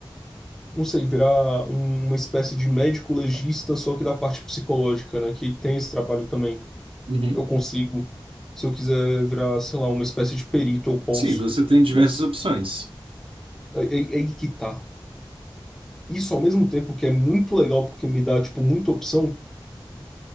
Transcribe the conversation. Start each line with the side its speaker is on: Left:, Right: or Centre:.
Centre: não sei, virar um- uma espécie de médico legista, só que da parte psicológica, né, que tem esse trabalho também,
Right: Uhum.
Centre: eu consigo. Se eu quiser virar, sei lá, uma espécie de perito, eu posso.
Right: Sim, você tem diversas
Centre: Mas
Right: opções.
Centre: Aí, aí que tá. Isso ao mesmo tempo que é muito legal porque me dá, tipo, muita opção,